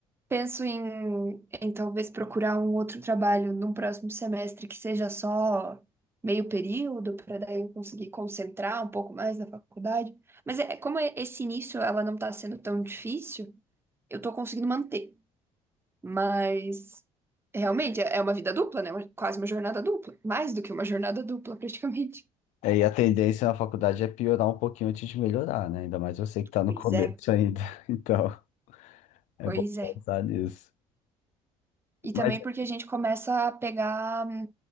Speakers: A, on the right (about 20°); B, on the left (about 75°).
A: penso em, em talvez procurar um outro trabalho num próximo semestre que seja só meio período, para daí eu conseguir concentrar um pouco mais na faculdade. Mas é, como é- esse início ela não está sendo tão difícil, eu estou conseguindo manter. Mas realmente é é uma vida dupla, né? Uma- Quase uma jornada dupla. Mais do que uma jornada dupla, praticamente.
B: É, e a tendência na faculdade é piorar um pouquinho antes de melhorar, né? Ainda mais você que tá no
A: Pois
B: começo
A: é.
B: ainda. <laughs> Então, é
A: Pois
B: bom
A: é.
B: pensar nisso.
A: E
B: Mas,
A: também porque a gente começa a pegar hum,